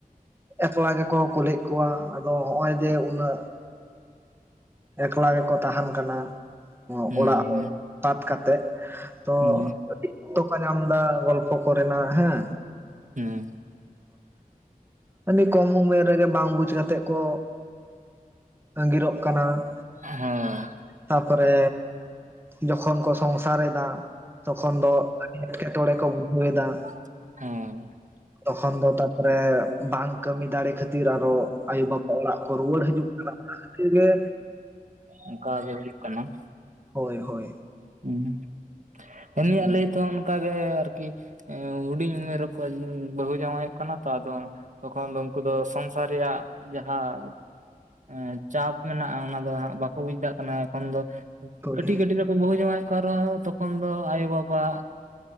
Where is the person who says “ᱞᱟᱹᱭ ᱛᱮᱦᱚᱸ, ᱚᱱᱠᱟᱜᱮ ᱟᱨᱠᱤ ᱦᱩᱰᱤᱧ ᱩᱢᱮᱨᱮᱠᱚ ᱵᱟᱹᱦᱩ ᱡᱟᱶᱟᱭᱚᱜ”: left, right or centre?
Right